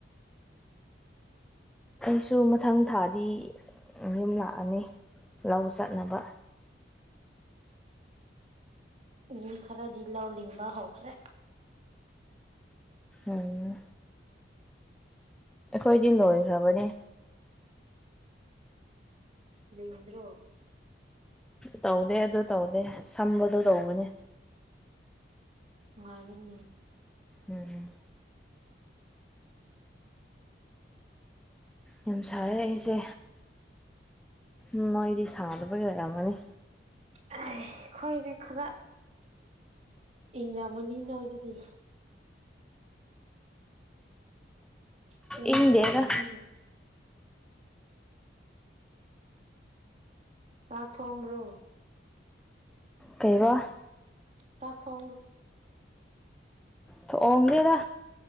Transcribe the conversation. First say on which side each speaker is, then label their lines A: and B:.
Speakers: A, in the centre; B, on the right (about 35°).
A: ꯑꯩꯁꯨ ꯃꯊꯪ ꯊꯥꯗꯤ ꯌꯨꯝ ꯂꯥꯛꯑꯅꯤ ꯂꯧ ꯆꯠꯅꯕ
B: ꯏ ꯈꯔ ꯖꯤꯜꯂꯥꯎꯂꯤꯕ ꯍꯧꯈ꯭ꯔꯦ
A: ꯑꯣ ꯑꯩꯈꯣꯏꯗꯤ ꯂꯣꯏꯈ꯭ꯔꯕꯅꯦ
B: ꯂꯗ꯭ꯔꯣ
A: ꯇꯧꯗꯦ ꯑꯗꯨ ꯇꯧꯗꯦ ꯁꯝꯕꯗꯣ ꯇꯧꯕꯅꯤ
B: ꯃꯥꯔꯅꯤ
A: ꯎꯝ ꯌꯥꯝ ꯁꯥꯔꯦ ꯑꯩꯁꯦ ꯎꯝ ꯃꯣꯏꯗꯤ ꯁꯥꯥꯟꯗꯕꯒꯤ ꯂꯩꯔꯝꯃꯅꯤ
B: ꯑꯩꯣꯏꯅꯦ ꯈꯔ ꯏꯪꯖꯃꯅꯤ ꯅꯣꯏꯗꯒꯤ ꯆꯤꯡꯗ
A: ꯏꯪꯗꯦꯗ
B: ꯂꯩꯕꯅꯤꯅ ꯆꯥꯛ ꯊꯣꯡꯕ꯭ꯔꯣ
A: ꯀꯩꯕ
B: ꯆꯄ꯭ꯔꯣ
A: ꯊꯑꯣꯡꯒꯦꯗ